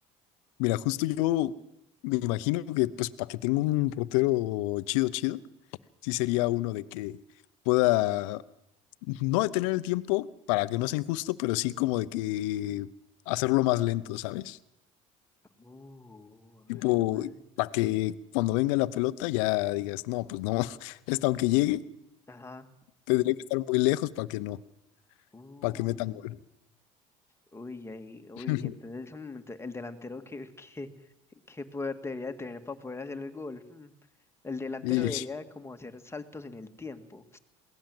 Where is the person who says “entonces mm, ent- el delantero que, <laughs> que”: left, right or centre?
Left